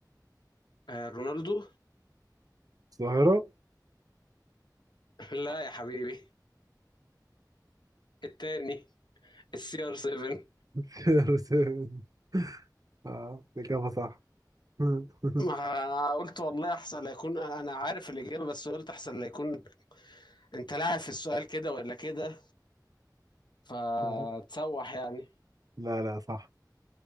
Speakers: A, on the left; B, on the right.
A: آه، رونالدو
B: الظاهرة
A: <laughs> لا يا حبيبي التاني السي ار 7
B: <laughs> اه الإجابة صح <laughs>
A: ما قلت والله احسن لا يكون انا عارف الاجابه بس قلت احسن لا يكون انت لاعب في السؤال كده ولا كده فتسوح
B: لا
A: يعني
B: لا لا صح